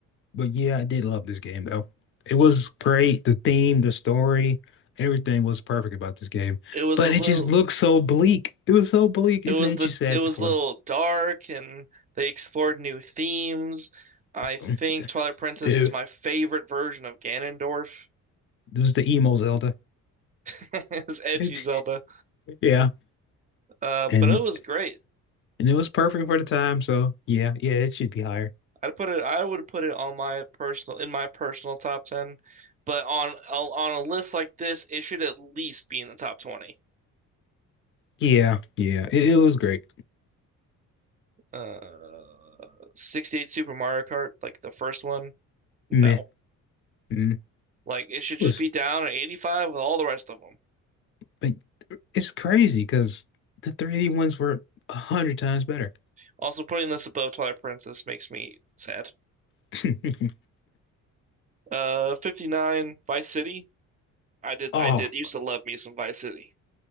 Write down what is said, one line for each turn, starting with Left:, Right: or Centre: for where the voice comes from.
Left: But yeah, I did love this game though. It was great. The theme, the story, everything was perfect about this game.
Right: It was
Left: But
Right: a little
Left: it just looked so bleak. It was so bleak.
Right: it
Left: It
Right: was
Left: made
Right: the
Left: you sad
Right: it was
Left: to play.
Right: a little dark and they explored new themes. I think
Left: <laughs>
Right: Twilight Princess
Left: Ew.
Right: is my favorite version of Ganondorf.
Left: It was the emo Zelda.
Right: <laughs> It's edgy
Left: <laughs>
Right: Zelda.
Left: Yeah.
Right: Uh,
Left: And
Right: but it was great.
Left: and it was perfect for the time, so yeah, yeah, it should be higher.
Right: I'd put it. I would put it on my personal in my personal top ten, but on on a list like this, it should at least be in the top twenty.
Left: Yeah, yeah. It, it was great.
Right: Uh, 68 Super Mario Kart, like the first one, no.
Left: Meh. Mm. It
Right: Like it should just
Left: was
Right: be down at 85 with all the rest of them.
Left: like it's crazy because the 3D ones were a hundred times better.
Right: Also, putting this above Twilight Princess makes me sad.
Left: <laughs>
Right: Uh, 59 Vice City. I did
Left: Oh,
Right: I did used to love me some Vice City.